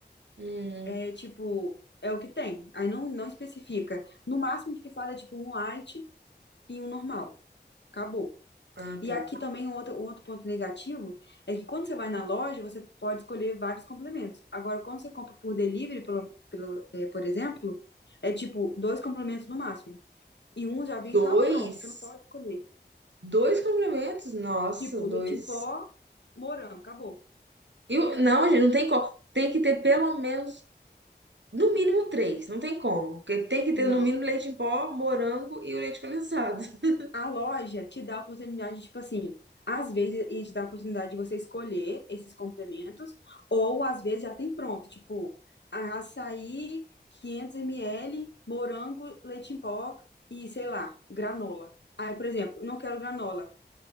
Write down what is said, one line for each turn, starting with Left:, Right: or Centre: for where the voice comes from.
Right: hum,
Left: É tipo, é o que tem. Aí não, não especifica. No máximo que fala é tipo um light e um normal. Acabou.
Right: ah,
Left: E
Right: tá.
Left: aqui também um outro, um outro ponto negativo é que quando você vai na loja, você pode escolher vários complementos. Agora, quando você compra por delivery, pelo, pelo, eh, por exemplo, é tipo dois complementos no máximo. E um já vem,
Right: Dois,
Left: tá pronto, você não pode escolher.
Right: dois complementos. Nossa,
Left: Tipo,
Right: dois.
Left: leite em pó, morango, acabou.
Right: E o- não, gente, não tem como. Tem que ter pelo menos no mínimo três, não tem como. Porque tem que ter
Left: Não.
Right: no mínimo leite em pó, morango e o leite condensado. <laughs>
Left: A loja te dá a oportunidade, tipo assim, às vezes ele te dá a oportunidade de você escolher esses complementos, ou às vezes já tem pronto, tipo, a- açaí, 500 ml, morango, leite em pó e, sei lá, granola. Aí, por exemplo, não quero granola.